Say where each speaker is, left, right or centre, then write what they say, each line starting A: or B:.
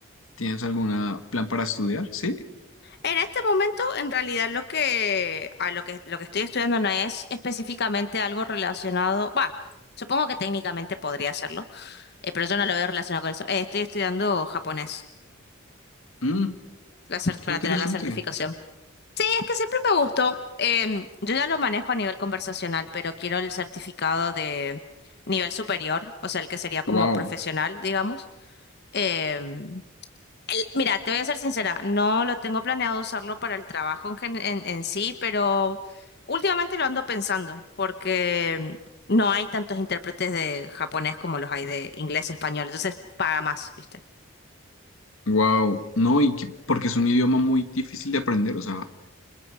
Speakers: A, on the left; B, on the left.
A: tienes algún plan para estudiar? Sí.
B: En este momento, en realidad, lo que, a lo que, lo que estoy estudiando no es específicamente algo relacionado, va, supongo que técnicamente podría hacerlo, eh, pero yo no lo veo relacionado con eso. Eh, estoy estudiando japonés
A: Mm,
B: la cer-
A: qué
B: para
A: interesante.
B: tener la certificación. Y es que siempre me gustó, em, yo ya lo manejo a nivel conversacional, pero quiero el certificado de nivel superior, o sea, el que sería como
A: Wow,
B: profesional, digamos. Em, el- Mira, te voy a ser sincera, no lo tengo planeado usarlo para el trabajo en, gen- en- en sí, pero últimamente lo ando pensando porque no hay tantos intérpretes de japonés como los hay de inglés, español, entonces paga más, ¿viste?
A: wow. No, y que, porque es un idioma muy difícil de aprender. O sea,